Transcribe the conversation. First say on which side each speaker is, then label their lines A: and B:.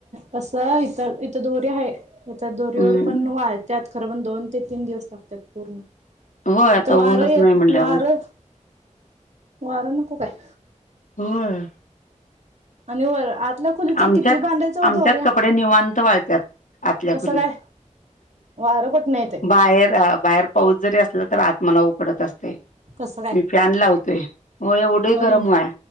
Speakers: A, on the right; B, on the left.
A: कसं, इथ इथं दोरी हाय इथं दोरीवर
B: हम्म
A: पण वाळत्यात, खरं पण दोन ते तीन दिवस लागत्यात पूर्ण.
B: होय आता
A: इथं
B: ऊनच
A: वार येत
B: नाही म्हणल्यावर
A: वारं, वारं नको काय.
B: होय.
A: आणि वर आतल्या खोली तर
B: आमच्यात,
A: किती बांधायचं व
B: आमच्यात
A: दोऱ्या
B: कपडे निवांत वाळत्यात. आतल्या
A: कसं
B: खुलीत,
A: काय वारं कुठनं येतंय
B: बाहेर अ बाहेर पाऊस जरी असला तर आत मला उकडत असतय.
A: कसं काय
B: मी फॅन लावतोय, हो एवढं
A: बघीन
B: गरम हाय,